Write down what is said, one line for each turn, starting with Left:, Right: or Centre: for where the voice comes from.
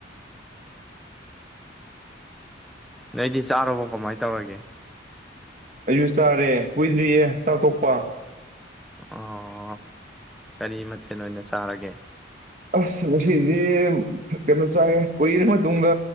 Centre: ꯅꯣꯏꯗꯤ ꯆꯥꯔꯕꯣ ꯀꯃꯥꯏꯅ ꯇꯧꯔꯒꯦ
Right: ꯑꯩꯁꯨ ꯆꯥꯔꯦ ꯀꯨꯏꯗ꯭ꯔꯤꯌꯦ ꯆꯥꯛꯊꯣꯛꯄ
Centre: ꯑꯣ ꯀꯔꯤ ꯃꯊꯦꯜ ꯑꯣꯏꯅ ꯆꯥꯔꯒꯦ
Right: ꯑꯁ ꯉꯁꯤꯗꯤ ꯀꯩꯅꯣ ꯆꯥꯏ ꯀꯨꯏꯔꯕ ꯃꯇꯨꯡꯗ